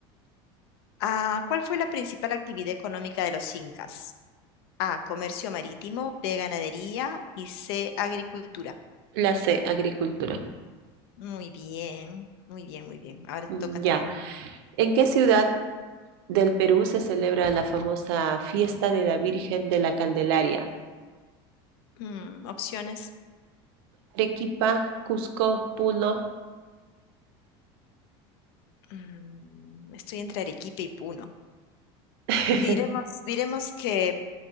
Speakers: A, on the left; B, on the right.
A: Ah, ¿cuál fue la principal actividad económica de los incas? A, comercio marítimo, B, ganadería y C, agricultura.
B: La C, agricultura.
A: Muy bien, muy bien, muy bien. Ahora
B: Mm,
A: te toca a
B: ya.
A: ti.
B: ¿En qué ciudad del Perú se celebra la famosa fiesta de la Virgen de la Candelaria?
A: Mm, opciones.
B: Arequipa, Cusco, Puno.
A: Mm, estoy entre Arequipa y Puno.
B: <laughs>
A: Diremos, diremos que